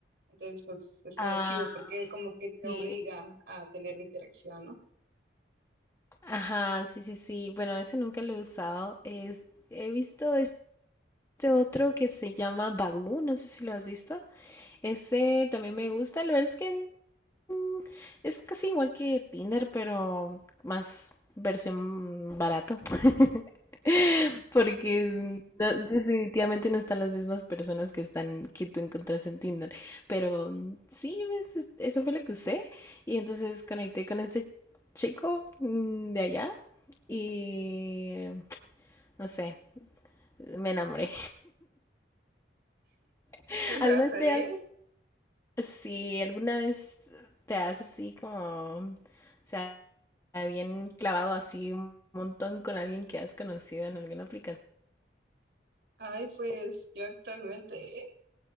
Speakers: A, on the right; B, on the left.
A: Entonces, pues está
B: Ah,
A: chido porque como que te
B: sí.
A: obliga a tener la interacción, ¿no?
B: Ajá, sí, sí, sí. Bueno, ese nunca lo he usado. Es, he visto este otro que se llama Badoo, no sé si lo has visto. Ese también me gusta. La verdad es que mm, es casi igual que Tinder, pero más versión barato. <laughs> Porque no- definitivamente no están las mismas personas que están que tú encontraste en Tinder. Pero mm, sí, ves, es- eso fue lo que usé. Y entonces conecté con este chico mm, de allá y no sé, me enamoré. <laughs>
A: Sí
B: ¿Alguna
A: pasa,
B: vez te
A: ¿eh?
B: has, sí, alguna vez te has así como, o sea, bien clavado así un montón con alguien que has conocido en alguna aplicación?
A: Ay, pues yo actualmente, ¿eh?